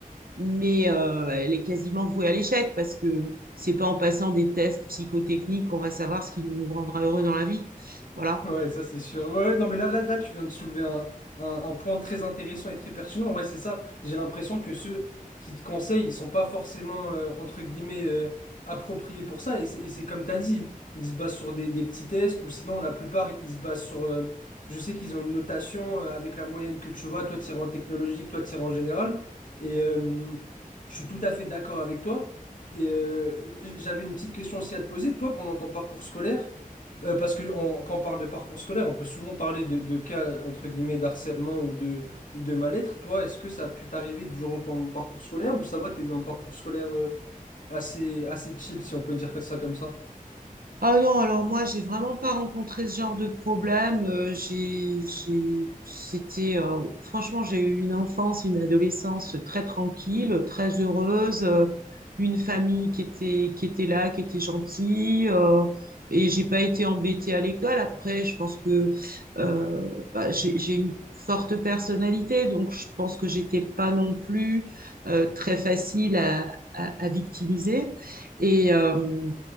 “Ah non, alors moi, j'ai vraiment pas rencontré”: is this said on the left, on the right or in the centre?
Right